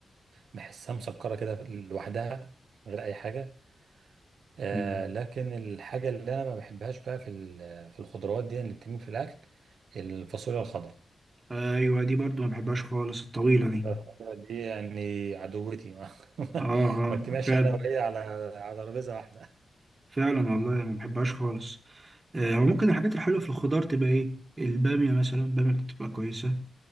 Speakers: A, on the right; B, on the right.
A: بحسها مسكرة كده لوحدها من غير أي حاجة آه
B: مم.
A: لكن الحاجة اللي أنا ما بحبهاش بقى في ال- في الخضروات دي اللي بتتم في الأكل الفاصوليا الخضراء
B: ايوه دي برضو ما بحبهاش خالص الطويلة دي
A: الخضراء دي يعني عدوتي <laughs> ما,
B: اه اه
A: ما اجتمعش
B: فعلا
A: أنا وهي على على ترابيزة واحدة
B: فعلا والله ما بحبهاش خالص آه هو ممكن الحاجات الحلوة في الخضار تبقى ايه البامية مثلا البامية بتبقى كويسة